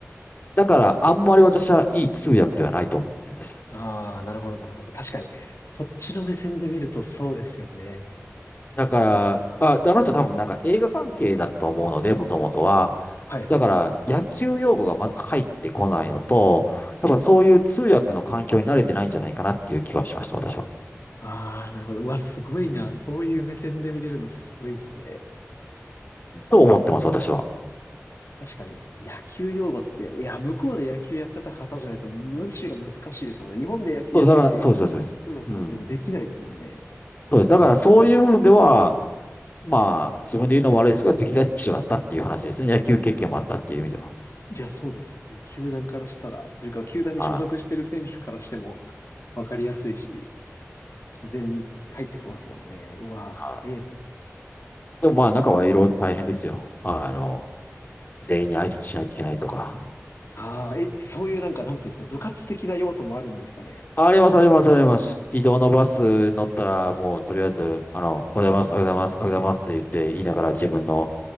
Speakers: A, on the left; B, on the left.
A: だから、あんまり私はいい通訳ではないと思ってるんですよ。
B: ああ、なるほど、なるほど。確かに。そっちの目線で見るとそうですよね。
A: だから、あ、であの人多分なんか映画関係だったと思うので、もともとは。
B: はいはいはい。
A: だから野球用語がまず入ってこないのと、やっぱそういう通訳の環境に慣れてないんじゃないかなっていう気がしました、私は。
B: ああ、なるほど。うわ、すごいな。
A: うん。
B: そういう目線で見れるのすごいですね。
A: と思ってます、
B: え
A: 私は。
B: 確かに、野球用語って、いや、向こうで野球やってた方じゃないと、むしろ難しいですもんね。日本で野球やってて、
A: そう、だから、そうです、そうです。そうですうん。
B: 通訳になってもできないですもんね。
A: そうです。だからそういう部分では、まあ、自分で言うのも悪いですが、適材適所だったっていう話ですね。野球経験もあったっていう意味では。
B: いや、そうですよね。球団からしたら、というか、球団に所属してる選手からしても、
A: はい。
B: わかりやすいし、自然に入ってきますもんね。うわー、
A: は
B: すげえな。
A: い。でもまあ、中はいろいろと大変ですよ。あの、全員に挨拶しないといけないとか。
B: ああ、え、そういうなんか、なんていうんですか、部活的な要素もあるんですかね。
A: あります、あります、あります。移動のバス乗ったら、もうとりあえず、あの、おはようございます、おはようございます、おはようございますって言って、言いながら自分の、